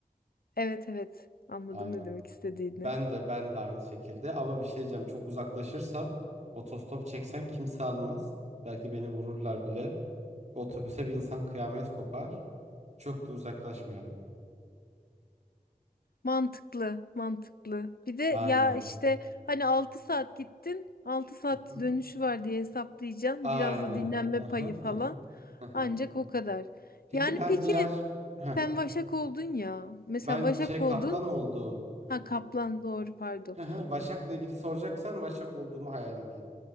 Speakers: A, on the left; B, on the right.
A: Evet evet. Anladım
B: Aynen.
A: ne demek istediğini.
B: Ben de ben de aynı şekilde ama bir şey diyeceğim çok uzaklaşırsam otostop çeksen kimse almaz. Belki beni vururlar bile. Otobüse bir insan kıyamet kopar. Çok da uzaklaşmayalım.
A: Mantıklı, mantıklı. Bir de ya
B: Aynen.
A: işte hani 6 saat gittin, altı saat
B: Hı hı.
A: dönüşü var diye hesaplayacaksın.
B: Aynen.
A: Biraz da dinlenme
B: Aha,
A: payı falan.
B: aha. aha.
A: Ancak o kadar.
B: Peki
A: Yani
B: ben
A: peki
B: diğer Heh,
A: sen Vaşak oldun ya. Mesela
B: ben
A: Vaşak
B: şey kaplan
A: oldun.
B: olduğum
A: Ha Kaplan doğru pardon.
B: Hı hı, Vaşak'la ilgili soracaksan Vaşak olduğumu hayal edeyim.